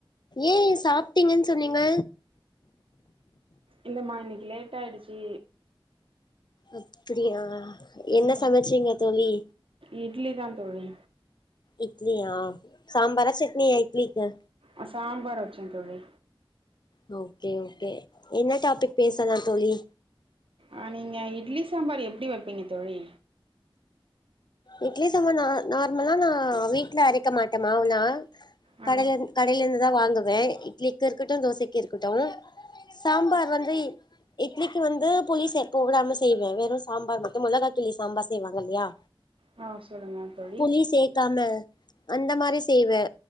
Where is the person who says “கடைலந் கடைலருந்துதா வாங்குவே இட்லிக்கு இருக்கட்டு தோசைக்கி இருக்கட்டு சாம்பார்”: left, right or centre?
Left